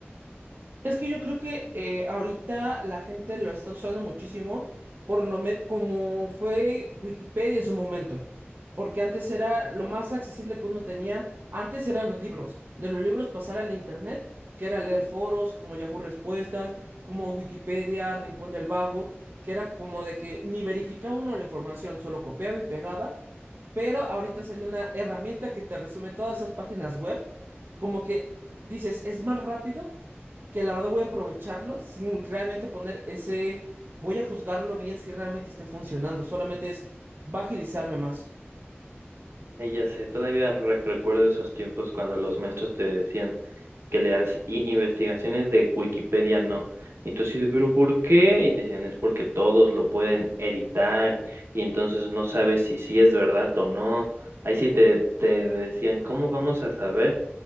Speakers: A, on the right (about 50°); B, on the right (about 65°).
A: Es que yo creo que eh, ahorita la gente lo está usando muchísimo, por lo me- como fue Wikipedia en su momento, porque antes era lo más accesible que uno tenía, antes eran los libros, de los libros pasar al internet, que era leer foros como Yahoo Respuestas, como Wikipedia, Rincón del Vago, que era como de que ni verificaba uno la información, solo copiaba y pegaba, pero ahorita salió una herramienta que te resume todas esas páginas web, como que dices, es más rápido que la verdad voy a aprovecharlo sin realmente poner ese, voy a juzgarlo bien si realmente esté funcionando, solamente es, va a agilizarme más.
B: Eh, ya sé, todavía re- recuerdo esos tiempos cuando los maestros te decían que leas i- investigaciones de Wikipedia no. Y tú así de, pero ¿por qué? Y te decían, es porque todos lo pueden editar y entonces no sabes si sí es verdad o no. Ahí sí te, te decían, ¿cómo vamos a saber